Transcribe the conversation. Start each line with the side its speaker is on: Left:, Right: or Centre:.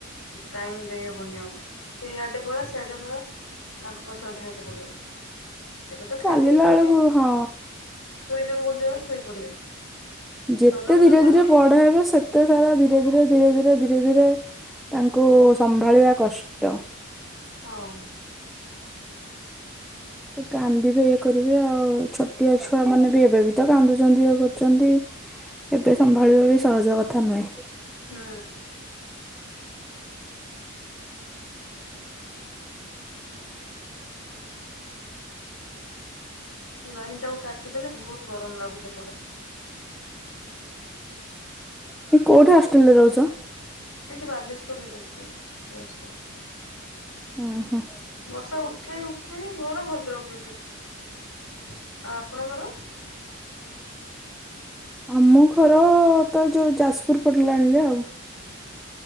Left: ଟାଇମ ଦେଇହବନି ଆଉ ସେ ଆଡେ ପଳା ସେଆଡେ ପଳା। ତାଙ୍କୁ ପସରେ ଧାଇଁଦ ପଡିବ ଏବେ ତ ଖାଇଦିି
Centre: ଚାଲିଲା
Left: ପିଇଦି
Centre: ବେଳକୁ ହଁ
Left: ଶୋଇଦବ ଗୋଟେ ଜାଗାରେ ଶୋଇପଡିବେ।
Centre: ଯେତେ
Left: ଚଲାବୁଲା
Centre: ଧୀରେ
Left: କଲେ
Centre: ଧୀରେ ବଢ
Left: ହିଁ
Centre: ହେବେ ସେତେ ସାରା ଧୀରେ ଧୀରେ ଧୀରେ ଧୀରେ ଧି ଧୀରେ ଧୀରେ ତାଙ୍କୁ ସମ୍ଭାଳିବା କଷ୍ଟ।
Left: ହଁ।
Centre: କାନ୍ଦିବେ ଇଏ କରିବେ ଆଉ ଛୋଟିଆ ଛୁଆ ମାନେ ବି ଏବେ ବି ତ କାନ୍ଦୁଛନ୍ତି ଇଏ କରୁଛନ୍ତି। ଏବେ ସମ୍ଭାଳିବା ବି ସହଜ କଥା ନୁହେଁ।
Left: ହଁ। ହଁ ଲାଇନ ଟାକୁ କାଟିଦେଲେ ବହୁତ ଗରମ ଲାଗୁଛି ଏପଟେ।
Centre: ଦି କୋଉଠି ହଷ୍ଟ୍ରେଲରେ ରହୁଛ?
Left: ଏଇଠି ବାଲେଶ୍ଵରରେ ରହୁଛି ମେସ ରେ।
Centre: ଉ ହଁ।
Left: ବର୍ଷା ଉଠେଇ ଉଠେଇ ଘର ଭଦ୍ରକ ଦିଦି। ଆଉ ଆପଣଙ୍କର?
Centre: ଆମ ଘର ତ ଏଇ ଯୋଉ ଯାଜପୁର ପଟ ଲାଇନ ରେ ଆଉ।